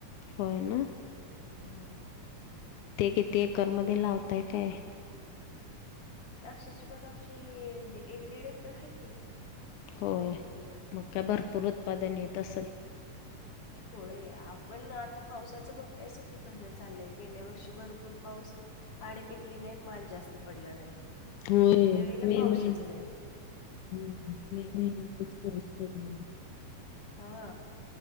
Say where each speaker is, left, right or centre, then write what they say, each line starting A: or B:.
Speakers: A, on the left; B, on the left.
A: होय ना,
B: हम्
A: ते किती एकरमध्येध्ये लावताय काय?
B: अक्षरची बग आमची एक दीड एकर आहे की
A: होय मग का
B: हम्म
A: भरपूर उत्पादन येत असेल.
B: होय आपण आता पावसाचं बघतायस की कसं चाललंय गेल्या वर्षी भरपूर पाऊस काढ पिकली नाही माल जास्त पडला नाही.
A: होय
B: ह्या वेळेला
A: मे
B: पाऊसच
A: महिन
B: नाही
A: हम्म मे महिन्यातच पाऊस पडलेला
B: हा.